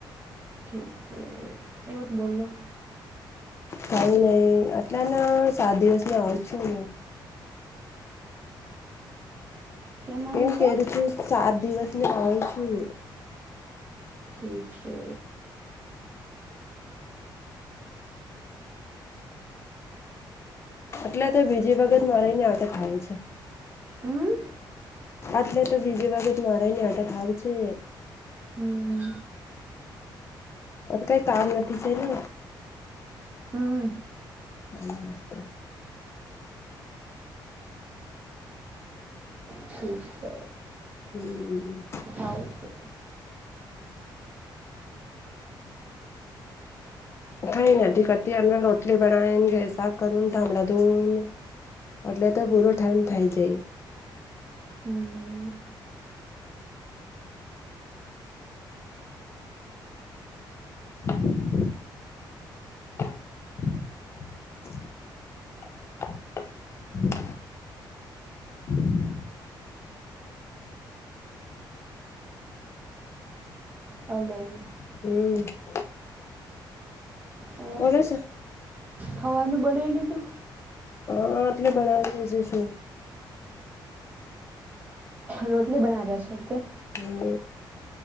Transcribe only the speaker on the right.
ઠીક છે. બોલો?
કેમ આવશો
ઠીક છે.
હમ
હમ.
હમ
ઠીક છે.
આવશો
હમ
હલો.?
ઓર
ખાવાનું બનાવી લીધું.?
રોટલી બનાવ્યા રહ્યા છો કે?